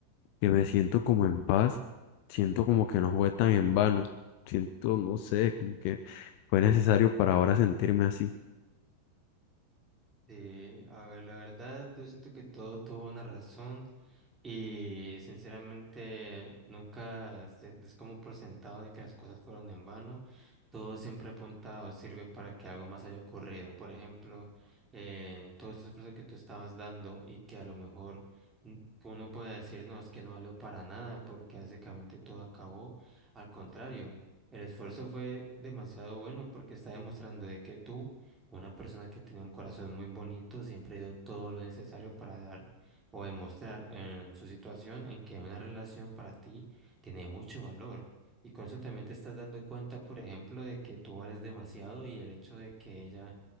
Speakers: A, on the left; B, on the right.
A: que me siento como en paz, siento como que no fue tan en vano. Siento, no sé, como que fue necesario para ahora sentirme así.
B: Sí, a ver, la verdad, yo siento que todo tuvo una razón y sinceramente nunca se- es como por sentado de que las cosas fueron en vano. Todo siempre apunta o sirve para que algo más haya ocurrido. Por ejemplo, en todo ese esfuerzo que tú estabas dando y que a lo mejor mm, uno pueda decir, no, es que no valió para nada porque básicamente todo acabó. Al contrario, el esfuerzo fue demasiado bueno porque está demostrando de que tú una persona que tiene un corazón muy bonito siempre dio todo lo necesario para dar o demostrar en su situación en que una relación para ti tiene mucho valor. Y con eso también te estás dando cuenta, por ejemplo, de que tú vales demasiado y el hecho de que ella